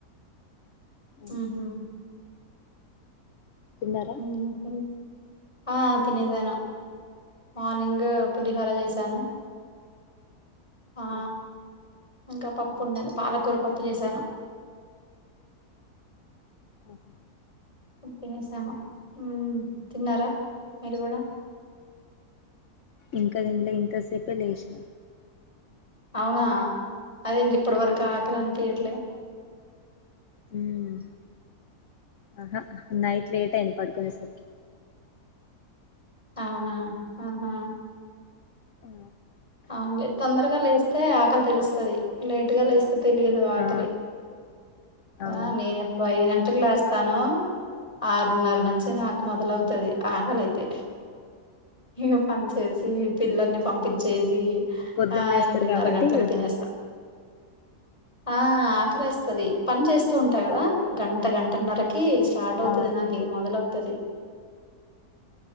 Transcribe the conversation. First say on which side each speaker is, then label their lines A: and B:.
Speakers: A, on the left; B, on the left.
A: ఆ.
B: ఊహు
A: తిన్నారా
B: నకల్ ఆ తినెసాను మార్నింగ్ పులిహోర చేసాను ఆ
A: ఏం?
B: ఇంకా పప్పుందండి
A: ఆహా.
B: పాలకూర పప్పు చేసాను
A: అహా
B: తినేసాము మ్మ్ తిన్నారా మీరు గూడ
A: ఇంకా తిన్లే ఇంతసేపే లేసిన
B: అవునా అదేంటి ఇప్పటి వరకు ఆకలి అనిపియ్యట్లే
A: హ్మ్ అహ నైట్ లేట్ అయింది పడుకునేసరికి
B: అవునా ఆహా
A: ఆ
B: అవునులే తొందరగా లేస్తే ఆకలి తెలుస్తది లేట్ గా లేస్ తే తెలియదు ఆకలి
A: ఆ. అవును
B: ఆ నేను ఎప్పుడు ఐదు గంటలకు లేస్తాను ఆరున్నర నుంచి నాకు మొదలవుతది ఆకలి అయితే ఇగ పని చేసి పిల్లల్ని పంపిచ్చేసి
A: పొద్దున్న
B: ఆ
A: లేస్తారు
B: ఎనిమిదిన్నర
A: కాబట్టి
B: గంటలకి తినేస్తా ఆ ఆకలేస్తది పని చేస్తూ ఉం ట గదా గంట గంటన్నరకి స్టార్ట్ అవుతది
A: ఆ
B: నాకు ఇగ మొదలవుతది